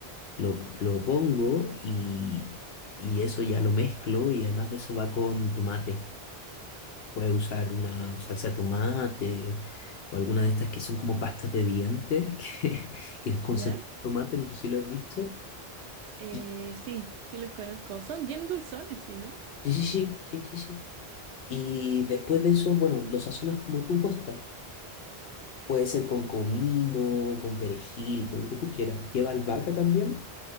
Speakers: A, on the left (about 70°); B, on the right (about 85°).
A: lo, lo pongo y, y eso ya lo mezclo y además de eso va con tomate. Puedes usar una salsa de tomate o alguna de estas que son como pastas de dientes, <laughs> que, que es concentrado
B: ¿Ya?
A: de tomate, no sé si lo has visto.
B: Eh,
A: Y
B: sí, sí los conozco. Son bien dulzones, ¿sí, no?
A: Sí, sí, sí, sí, sí, sí. Y después de eso, bueno, lo sazonas como tú gusta. Puede ser con comino, con perejil, con lo que tú quieras. Lleva albahaca también